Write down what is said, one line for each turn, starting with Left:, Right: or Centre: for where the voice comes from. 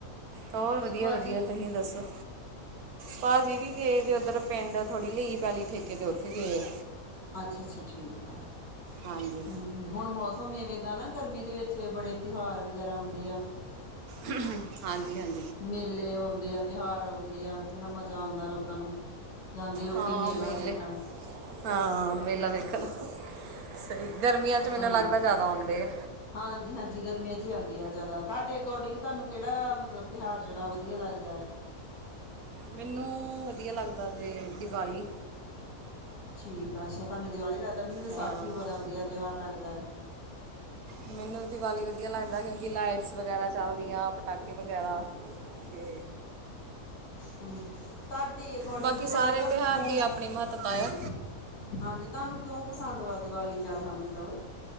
Right: ਹੋਰ ਵਧੀਆ-
Left: ਭਾਜੀ
Right: ਵਧੀਆ ਤੁਸੀਂ ਦੱਸੋ। ਭਾਅਜੀ ਵੀ ਗਏ ਤੇ ਓਧਰ ਪਿੰਡ ਥੋੜ੍ਹੀ ਲਈ ਪੈਲੀ ਠੇਕੇ ਤੇ ਓਥੇ ਗਏ।
Left: ਅੱਛਾ -ਅੱਛਾ ਠੀਕ ਆ।
Right: ਹਾਂਜੀ
Left: ਹਮ ਹੁਣ ਮੌਸ- ਸਮ ਇਵੇਂ ਦਾ ਨਾ ਗਰਮੀ ਦੇ ਵਿੱਚ, ਬੜੇ ਤਿਉਹਾਰ ਵਗੈਰਾ ਆਉਂਦੇ ਆ।
Right: ਹੂੰ, ਹੂੰ ਹਾਂਜੀ ਹਾਂਜੀ
Left: ਮੇਲੇ ਆਉਂਦੇ ਆ, ਤਿਉਹਾਰ ਆਉਂਦੇ ਆ। ਕਿੰਨਾ ਮਜ਼ਾ ਆਉਂਦਾ ਲੋਕਾਂ ਨੂੰ। ਜਾਂਦੇ ਲੋਕੀ
Right: ਹਾਂ
Left: ਮੇਲਾ
Right: ਮੇਲੇ
Left: ਵੇਖਣ।
Right: ਹਾਂ ‌‌ਮੇਲਾ ਵੇਖਣ। ਸਈ ਗਰਮੀਆਂ 'ਚ ਮੈਨੂੰ
Left: ਹਾਂ
Right: ਲੱਗਦਾ ਜਿਆਦਾ ਆਉਂਦੇ ਆ।
Left: ਹਾਂਜੀ ਹਾਂਜੀ ਗਰਮੀਆਂ 'ਚ ਹੀ ਆਂਦੇ ਆ ਜਾਦਾ। -ਤਾਡੇ ਅਕੋਰਡਿੰਗ ਤਾਨੂੰ ਕੇੜਾ ਮਤਲਬ ਤਿਉਹਾਰ ਜੇੜਾ ਉਹ ਵਧੀਆ ਲੱਗਦਾ ਏ।
Right: ਮੈਨੂੰ ਵਧੀਆ ਲੱਗਦਾ ਜੇ ਦੀਵਾਲੀ।
Left: ਠੀਕ ਆ ਅੱਛਾ, ਤਾਨੂੰ ਦਿਵਾਲੀ ਲੱਗਦਾ ਮੈਨੂੰ ਵਿਸਾਖੀ
Right: ਹਾਂ
Left: ਬੜਾ ਵਧੀਆ ਤਿਉਹਾਰ ਲੱਗਦਾ ਏ।
Right: ਮਿਨੂੰ ਦੀਵਾਲੀ ਵਧੀਆ ਲੱਗਦਾ ਕਿਉਂਕਿ ਲਾਈਟਸ ਵਗੈਰਾ ਚੱਲਦੀਆਂ, ਪਟਾਕੇ ਵਗੈਰਾ। ਤੇ
Left: ਹੂੰ -ਤਾਡੇ ਅਕੋਰਡਿੰਗ
Right: ਬਾਕੀ
Left: ਦੀਵਾਲੀ
Right: ਸਾਰੇ
Left: ਤਾਨੂੰ
Right: ਤਿਉਹਾਰ
Left: ਕਿਉਂ
Right: ਦੀ ਆਪਣੀ ਮਹੱਤਤਾ
Left: ਹੂੰ
Right: ਆ
Left: ਹਾਂਜੀ ਤਾਨੂੰ ਕਿਉਂ ਪਸੰਦ ਵਾ ਦੀਵਾਲੀ ਜਾਦਾ ਮਤਲਬ।